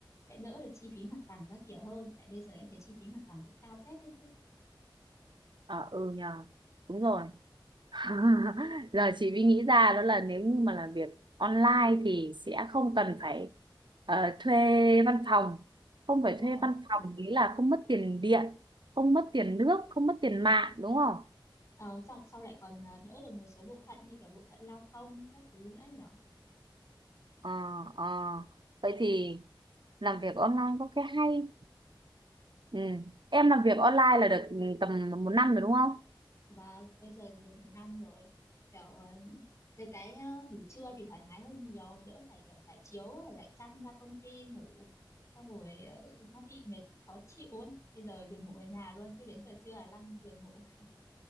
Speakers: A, on the left (about 35°); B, on the right (about 65°).
A: sẽ đỡ được chi phí mặt bằng các kiểu hơn tại bây giờ em thấy chi phí mặt bằng cũng cao phết đấy chứ
B: ờ ừ nhờ đúng rồi <laughs> giờ chị mới nghĩ ra đó là nếu như mà làm việc online thì sẽ không cần phải ờ, thuê văn phòng không
A: đúng
B: phải
A: không
B: thuê văn phòng nghĩa là không mất tiền điện không mất tiền nước không mất tiền mạng đúng không
A: ờ, sau, sau lại còn à, đỡ được một số bộ phận như cả bộ phận lao công các thứ nữa ấy nhỉ
B: Ờ, ờ. vậy thì làm việc online có cái hay ừ. em làm việc online là được ừ, tầm một năm rồi đúng không
A: và bây giờ thì được một năm rồi kiểu ờ, được cái ờ, ngủ trưa thì thoải mái hơn nhiều đỡ phải kiểu trải chiếu rồi lại chăn ra công ty ngủ xong rồi ờ, nó bị mệt khó chịu ấy. bây giờ được ngủ ở nhà luôn cứ đến giờ trưa là lăn giường ngủ <laughs>